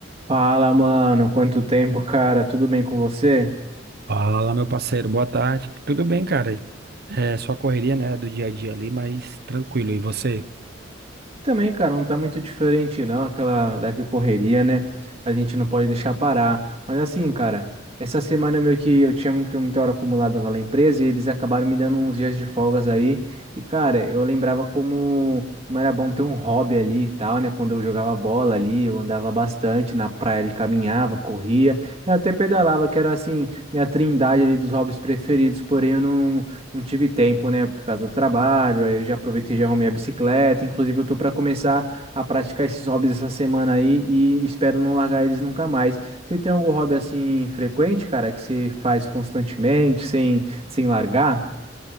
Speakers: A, on the right (about 30°); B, on the right (about 55°).
A: Fala, mano, quanto tempo, cara? Tudo bem com você?
B: Fala, meu parceiro, boa tarde. Tudo bem, cara? É só correria, né, do dia a dia ali, mas tranquilo. E você?
A: Também, cara, não tá muito diferente, não, aquela leve correria, né? A gente não pode deixar parar. Mas assim, cara, essa semana meio que eu tinha muito, muita hora acumulada lá na empresa e eles acabaram me dando uns dias de folgas aí. E, cara, eu lembrava como, como era bom ter um hobby ali e tal, né? Quando eu jogava bola ali, eu andava bastante na praia, ele caminhava, corria, eu até pedalava, que era assim, minha trindade ali dos hobbies preferidos, porém eu não. Não tive tempo, né, por causa do trabalho, aí eu já aproveitei e já arrumei a bicicleta, inclusive eu tô para começar a praticar esses hobbies essa semana aí e espero não largar eles nunca mais. Você tem algum hobby assim frequente, cara, que você faz constantemente, sem sem largar?